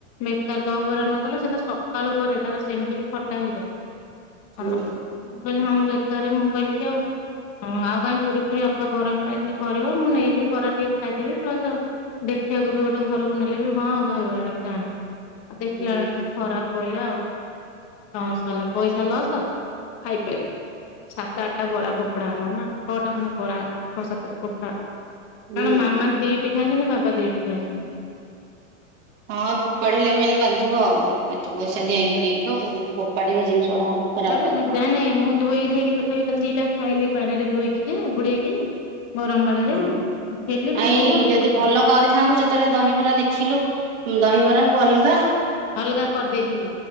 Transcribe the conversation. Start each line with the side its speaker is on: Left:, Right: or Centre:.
Left: ବେକାର ଦହିବରା ନଥିଲା ସେ ତା ସକାଳୁ ପରେ ତାର ସେମିତି ବି ଖଟା ହେଇଯାଏ। ହ୍ୟାଲୋ
Right: ହୁଁ
Left: ମୁଁ କହିଲି ହଁ ମୁଁ ତାପରେ ମୁଁ କଲିକି ଆଉ ଆଉ କାଇଁ ପୁରୀ ପୁରୀ ଅପା ଗରମ‌ରେ କେମିତି କରିବ ମୁଁ ନେଇଯିବି କର ଟିକେ ଖାଇଦେବି ପ୍ଲସ ଦେଖିବାକୁ ବି ଗୋଟେ ଘରକୁ ନେଲେ ବି ହଁ ଦହିବରା ଟେ ଆଣିଚି। ଆଉ ଦେଖିଲା
Right: ହୁଁ
Left: ବେଳେ ଏମିତି ଖରାପ ପ‌ଇଲା ଆଉ। ଲସ ହେଲା ପଇଷା ଲସ ଖାଇପାଇ ସାତ ଆଠଟା ବରା ଫୋପଡା ହେଲା ନା। ଛଅ ଟା ଖଣ୍ଡେ ବରା ଛଅ ସାତଟା ଫୋପା
Right: ହୁଁ
Left: କାରଣ ମାମା ଦିଟି ଖାଇଚନ୍ତି ବାବା ଦିଟିି ଖାଇଚନ୍ତି।
Right: ହଁ ଫୋପାଡ଼ିଲେ ମେନ ବାନ୍ଧିବ ଆଉ ଏତେ ପଇଷା
Left: ହଁ।
Right: ଦିଆହେଇକି ନେଇଥ ପୁଣି ଫୋପାଡିବ ଜିନିଷ। ଗୁଡାକ ଖରାପ
Left: ତାପରେ
Right: ଲାଗିବ
Left: ଯାଆ ନାଇଁ ମୁଁ ଧୋଇ ଧୋଇକି ତଥାପି କାଲି ଦିଟା ଖାଇଲି ପାଣି ରେ ଧୋଇକି ଯେ ବୁଡେଇକି। ଗରମ ପାଣିରେ
Right: ହଁ
Left: ହେଲେ ବି
Right: ନାଇଁ
Left: ବହୁତ
Right: ଯଦି
Left: ଫୁଟା
Right: ଭଲ କରିଥାନ୍ତୁ ଯେତେବେଳେ ଦହିବରା ଦେଖିଲୁ। ଦହିବରାକୁ ଅଲ
Left: ଅଲଗା କରିଦେଇଥିଲି